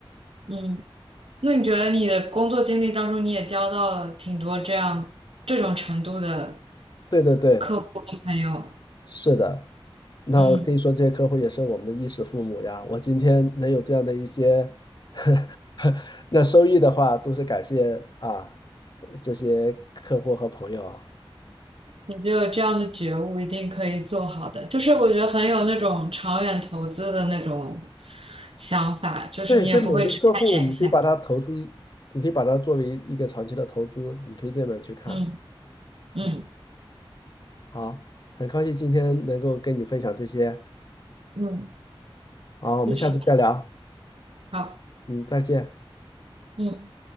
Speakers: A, on the right; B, on the left.
A: 嗯。那你觉得你的工作经历当中，你也交到了挺多这样这种程度的
B: 对对对，
A: 客户和朋友？
B: 是的。那可以说这些客户也是我们的衣食父母呀。
A: 嗯。
B: 我今天能有这样的一些 <laughs> 那收益的话，都是感谢啊这些客户和朋友啊。
A: 我觉得有这样的觉悟，一定可以做好的。就是我觉得很有那种长远投资的那种想法，就是你也不会只看眼前。
B: 对，其实每个客户，你可以把它投资，你可以把它作为一个长期的投资，你可以这么去看。
A: 嗯嗯
B: 嗯，好，很高兴今天能够跟你分享这些。
A: 嗯，
B: 好，我们下次再聊，
A: 就是好，
B: 嗯，再见。
A: 嗯。